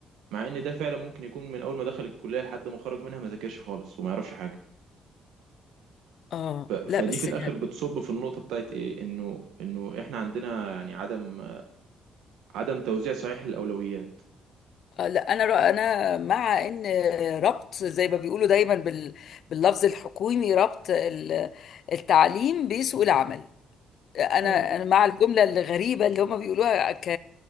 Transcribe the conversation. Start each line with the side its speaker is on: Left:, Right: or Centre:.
Right: مع ان ده فعلا ممكن يكون من اول ما دخل الكليه لحد ما خرج منها ما ذاكرش خالص وما يعرفش حاجه
Left: اه
Right: ف... فدي
Left: لا بس
Right: في الاخر بتصب في النقطه بتاعت ايه انه انه احنا عندنا يعني عدم عدم توزيع صحيح للاولويات
Left: آه، لا انا رأ... انا مع ان ربط زي ما بيقولوا دايما بال... باللفظ الحكومي ربط ال- التعليم بسوق العمل انا
Right: اه
Left: انا مع الجمله الغريبه اللي هم بيقولوها ك